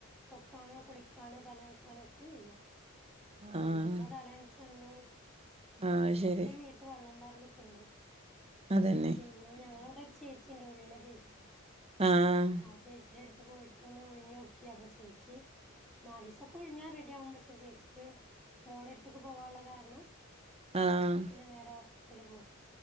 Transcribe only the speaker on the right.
ആഹ്
ആഹ്
ശരി
അതന്നെ
ആഹ്
ആഹ്